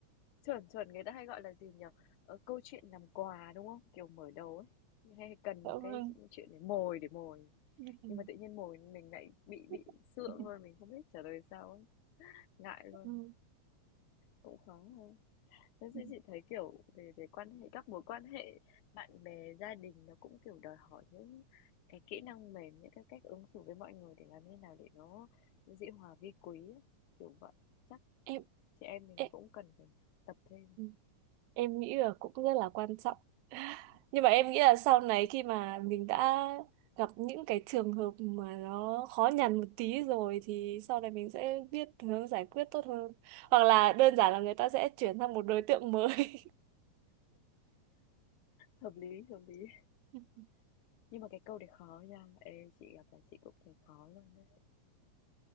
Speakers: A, on the left; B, on the right.
A: Chuẩn, chuẩn, người ta hay gọi là gì nhỉ? Ờ, câu chuyện làm quà, đúng không? Kiểu mở đầu ấy, hay cần
B: Dạ
A: một cái
B: vâng.
A: chuyện để mồi để mồi,
B: Ừ.
A: nhưng mà tự nhiên mồi mình lại bị
B: <laughs>
A: bị sượng luôn, mình không biết trả lời sao ấy, ngại
B: Ừ.
A: luôn, cũng khó ha. Thế
B: Ừ.
A: thì chị thấy, kiểu, về về quan hệ các mối quan hệ bạn bè, gia đình nó cũng, kiểu, đòi hỏi những cái kỹ năng mềm, những cái cách ứng xử với mọi người để làm thế nào để nó dĩ hòa vi quý á, kiểu vậy. Chắc
B: Em
A: chị em mình
B: em
A: cũng cần phải tập thêm.
B: Ừ. em nghĩ là cũng rất là quan trọng <laughs> nhưng mà em nghĩ là sau này khi mà mình đã gặp những cái trường hợp mà nó khó nhằn một tí rồi thì sau này mình sẽ biết hướng giải quyết tốt hơn hoặc là đơn giản là người ta sẽ chuyển sang một đối tượng mới
A: Hợp lý, hợp lý.
B: <laughs>
A: Nhưng mà cái câu đấy khó nha. Ê, chị gặp là chị cũng thấy khó luôn đấy.